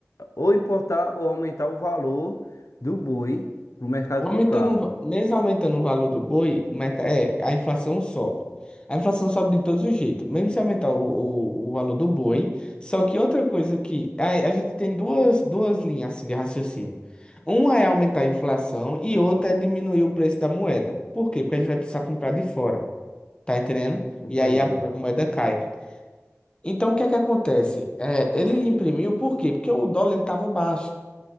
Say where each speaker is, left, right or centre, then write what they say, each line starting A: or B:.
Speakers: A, on the left; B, on the left.
A: ou importar ou aumentar o valor do boi para o mercado
B: Aumentando,
A: comprar.
B: o va- mesmo aumentando o valor do boi, o merca- é, a inflação sobe. A inflação sobe de todos os jeitos, mesmo se aumentar o, o, o valor do boi. Só que outra coisa que a, a gente tem duas, duas linhas assim, de raciocínio. Uma é aumentar a inflação e outra é diminuir o preço da moeda. Por quê? Porque a gente vai precisar comprar de fora, tá entendendo?
A: Entendi.
B: E aí a moeda cai. Então o que é que acontece? É, ele imprimiu por quê? Porque o dólar ele estava baixo.